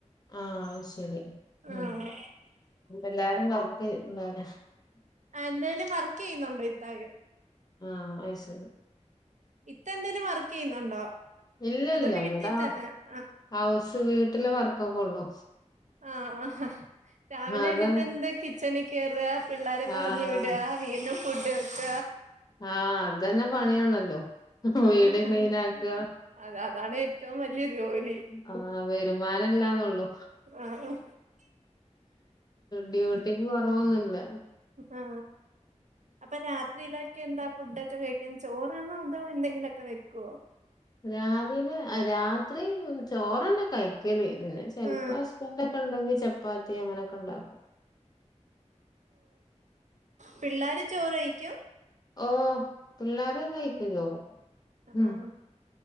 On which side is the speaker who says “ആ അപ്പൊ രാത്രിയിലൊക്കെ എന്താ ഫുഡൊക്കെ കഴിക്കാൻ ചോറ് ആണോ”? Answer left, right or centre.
Right